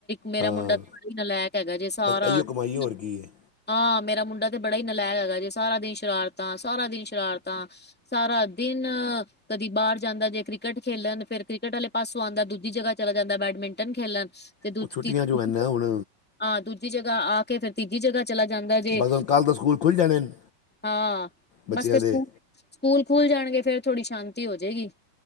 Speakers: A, in the centre; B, on the left.
A: ਮੇਰਾ
B: ਹਾਂ
A: ਮੁੰਡਾ ਤੇ ਬੜਾ ਹੀ ਨਲੈਕ ਹੈਗਾ ਜੇ ਸਾਰਾ
B: ਬਸ ਇਹੀਓ
A: ਦਿਨ
B: ਕਮਾਈ ਹੋਰ ਕੀ ਹੈ
A: ਹਾਂ ਮੇਰਾ ਮੁੰਡਾ ਤੇ ਬੜਾ ਹੀ ਨਲਾਇਕ ਹੈਗਾ ਜੇ, ਸਾਰਾ ਦਿਨ ਸ਼ਰਾਰਤਾਂ ਸਾਰਾ ਦਿਨ ਸ਼ਰਾਰਤਾਂ। ਸਾਰਾ ਦਿਨ। ਕਦੀ ਬਾਹਰ ਜਾਂਦਾ ਜੇ ਕ੍ਰਿਕਟ ਖੇਲਣ ਫੇਰ ਕ੍ਰਿਕਟ ਵਾਲੇ ਪਾਸੋਂ ਆਉਂਦਾ ਦੂਜੀ ਜਗ੍ਹਾ ਚਲਾ ਜਾਂਦਾ ਬੈਡਮਿੰਟਨ ਖੇਲਣ ਸ ਤੇ ਦੂਜ
B: ਉਹ ਛੁੱਟੀਆਂ
A: ਤੀਜ
B: ਜੋ
A: <unintelligible>
B: ਹਨ ਨਾ ਹੁਣ
A: ਹਾਂ ਦੂਜੀ ਜਗ੍ਹਾ ਆ ਕੇ ਫਿਰ ਤੀਜੀ ਜਗ੍ਹਾ ਚਲਾ ਜਾਂਦਾ ਜੇ
B: ਬਸ ਹੁਣ
A: ਸ
B: ਕੱਲ੍ਹ ਤਾਂ ਸਕੂਲ ਖੁੱਲ੍ਹ
A: <inaudible>
B: ਜਾਣੇ ਨੇ
A: ਹਾਂ।
B: ਬੱਚਿਆਂ
A: ਬਸ ਫਿਰ ਸਕੂ।
B: ਦੇ
A: ਸਕੂਲ ਖੁੱਲ ਜਾਣਗੇ ਫੇਰ ਥੋੜ੍ਹੀ ਸ਼ਾਂਤੀ ਹੋ ਜਏਗੀ,